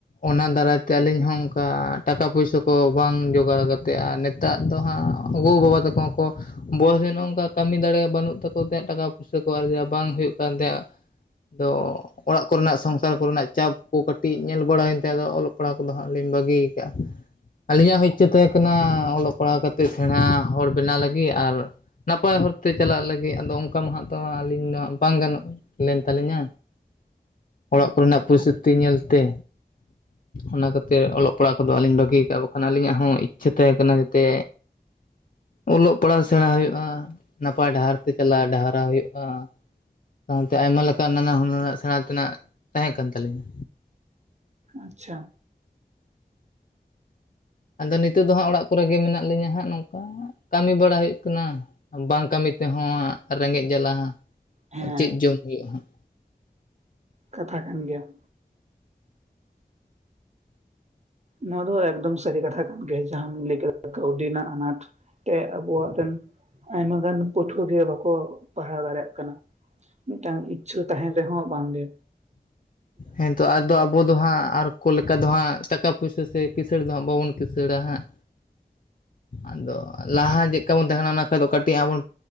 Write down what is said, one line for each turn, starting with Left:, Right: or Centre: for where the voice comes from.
Left: ᱚᱱᱟ ᱫᱟᱨᱟᱭᱛᱮ ᱟᱹᱞᱤᱧ ᱦᱚᱸ ᱚᱱᱠᱟ ᱴᱟᱠᱟ ᱯᱩᱭᱥᱟᱹ ᱠᱚ ᱵᱟᱝ ᱡᱳᱚᱜᱟᱲ ᱠᱟᱛᱮᱼᱟ, ᱱᱮᱛᱟᱜ ᱫᱚ ᱦᱟᱸᱜ ᱜᱚᱼᱵᱟᱵᱟ ᱛᱟᱠᱚ ᱦᱚᱸ ᱠᱚ, ᱵᱚᱭᱚᱥ ᱨᱮ ᱱᱚ ᱱᱚᱝᱠᱟ ᱠᱟᱹᱢᱤ ᱫᱟᱲᱮᱭᱟᱜ ᱵᱟᱹᱱᱩᱜ ᱛᱟᱠᱚ ᱛᱟᱦᱮᱸ ᱴᱟᱠᱟ ᱯᱚᱭᱥᱟ ᱠᱚ ᱟᱨᱡᱟ ᱵᱟᱝ ᱦᱩᱭᱩᱜ ᱠᱟᱱ ᱛᱟᱦᱮᱸᱫ ᱫᱚ ᱚᱲᱟᱜ ᱠᱚᱨᱮᱱᱟᱜ ᱥᱚᱝᱥᱟᱨ ᱠᱚᱨᱮᱱᱟᱜ ᱪᱟᱯ ᱠᱚ ᱠᱟᱹᱴᱤᱡ ᱧᱮᱞ ᱵᱟᱲᱟᱭᱮᱱ ᱛ ᱫᱚ ᱚᱞᱚᱜ ᱯᱟᱲᱦᱟᱜ ᱠᱚᱫᱚ ᱦᱟᱸᱜ ᱞᱤᱧ ᱵᱟᱹᱜᱤᱭᱟ ᱟᱠᱫᱼᱟ ᱟᱹᱞᱤᱧᱟᱜ ᱦᱚᱸ ᱤᱪᱪᱷᱟᱹ ᱛᱟᱦᱮᱸ ᱠᱟᱱᱟ ᱚᱞᱚᱜᱦᱟᱜ ᱯᱟᱲᱟᱣ ᱠᱟᱛᱮᱫ ᱥᱮᱬᱟ ᱦᱚᱲ ᱵᱮᱱᱟᱣ ᱞᱟᱹᱜᱤᱫ ᱟᱨ ᱱᱟᱯᱟᱭ ᱦᱚᱨᱛᱮ ᱪᱟᱞᱟᱜ ᱞᱟᱹᱜᱤᱫ ᱟᱫᱚ ᱚᱱᱠᱟ ᱢᱟ ᱦᱟᱛᱟᱣᱟ ᱟᱹᱞᱤᱧ ᱢᱟ ᱵᱟᱝ ᱜᱟᱱᱚᱜᱼᱟ ᱞᱮᱱ ᱛᱟᱞᱤᱧᱟ ᱚᱲᱟᱜ ᱠᱚᱨᱮᱱᱟᱜ ᱯᱚᱨᱤᱥᱛᱷᱤᱛᱤ ᱧᱮᱞᱛᱮ ᱚᱱᱟ ᱠᱷᱟᱹᱛᱤᱨ ᱚᱞᱚᱜ ᱯᱟᱲᱦᱟᱜ ᱠᱚᱫᱚ ᱟᱹᱞᱤᱧ ᱵᱷᱟᱜᱤᱭ ᱠᱟᱜᱼᱟ ᱵᱟᱠᱷᱟᱱ ᱟᱹᱞᱤᱧᱟᱜ ᱦᱚᱸ ᱤᱪᱪᱷᱟᱹ ᱛᱟᱦᱮᱠᱟᱱᱟ ᱡᱟᱛᱮ ᱚᱞᱚᱜ ᱯᱟᱲᱦᱟᱣ ᱥᱮᱬᱟ ᱦᱩᱭᱩᱜᱼᱟ ᱱᱟᱯᱟᱭ ᱰᱟᱦᱟᱨ ᱛᱮ ᱪᱟᱞᱟᱜ ᱰᱟᱦᱟᱨᱟᱣ ᱦᱩᱭᱩᱜᱼᱟ ᱥᱟᱶᱛᱮ ᱟᱭᱢᱟ ᱞᱮᱠᱟ ᱱᱟᱱᱟ ᱦᱩᱱᱟᱹᱨ ᱥᱮᱬᱟ ᱛᱮᱱᱟᱜ ᱛᱟᱦᱮᱸ ᱠᱟᱱ ᱛᱟᱹᱟᱞᱤᱧᱟ
Right: ᱟᱪᱪᱷᱟ
Left: ᱟᱫᱚ ᱱᱤᱛᱚᱜᱜ ᱫᱚ ᱦᱜ ᱚᱲᱟᱜ ᱠᱚᱨᱮ ᱜᱮ ᱢᱮᱱᱟᱜ ᱞᱤᱧᱟᱹ ᱦᱟᱸᱜ ᱱᱚᱝᱠᱟ ᱠᱟᱹᱢᱤ ᱵᱟᱲᱟ ᱦᱩᱭᱩᱜ ᱠᱟᱱᱟ ᱵᱟᱝ ᱠᱟᱹᱢᱤ ᱛᱮᱦᱚᱸ ᱦᱟᱸᱜ ᱨᱮᱸᱜᱮᱡ ᱡᱟᱞᱟ ᱦᱟᱸᱜ
Right: ᱦᱮᱸ
Left: ᱪᱮᱫ ᱡᱚᱢ ᱦᱩᱭᱩᱜ-ᱟ ᱦᱟᱸᱜ
Right: ᱠᱟᱛᱷᱟ ᱠᱟᱱ ᱜᱮᱭᱟ ᱱᱚᱶᱟ ᱫᱚ ᱮᱠᱫᱚᱢ ᱥᱟᱹᱨᱤ ᱠᱟᱛᱷᱟ ᱠᱟᱱ ᱜᱮᱭᱟ ᱡᱟᱦᱟᱢ ᱞᱟᱹᱭ ᱠᱮᱫ ᱠᱟᱹᱣᱰᱤ ᱨᱮᱱᱟᱜ ᱟᱱᱟᱴ ᱛᱮ ᱟᱵᱚᱣᱟᱜ ᱨᱮᱱ ᱟᱭᱢᱟ ᱜᱟᱱ ᱯᱟᱹᱴᱷᱩᱣᱟᱹ ᱜᱮ ᱵᱟᱠᱚ ᱯᱟᱲᱦᱟᱣ ᱫᱟᱲᱮᱭᱟᱜ ᱠᱟᱱᱟ ᱢᱤᱫᱴᱟᱝ ᱤᱪᱪᱷᱟᱹ ᱛᱟᱦᱮᱱ ᱨᱮᱦᱚᱸ ᱵᱟᱝ ᱜᱮ
Left: ᱦᱮᱸ ᱛᱚ ᱟᱫᱚ ᱟᱵᱚ ᱫᱚ ᱦᱟᱸᱜ ᱟᱨ ᱠᱚ ᱞᱮᱠᱟ ᱫᱚ ᱦᱟᱸᱜ ᱴᱟᱠᱟ ᱯᱩᱭᱥᱟᱹ ᱥᱮ ᱠᱤᱥᱟᱹᱬ ᱫᱚ ᱦᱟᱸᱜ ᱵᱟᱵᱚᱱ ᱠᱤᱥᱟᱹᱬᱲᱟ ᱦᱟᱸᱜ ᱟᱫᱚ ᱞᱟᱦᱟ ᱪᱮᱫ ᱠᱟᱵᱚᱱ ᱛᱟᱦᱮᱱᱟ ᱚᱱᱟ ᱠᱷᱟᱡ ᱫᱚ ᱠᱟᱹᱴᱤᱡ ᱟᱵᱚᱱ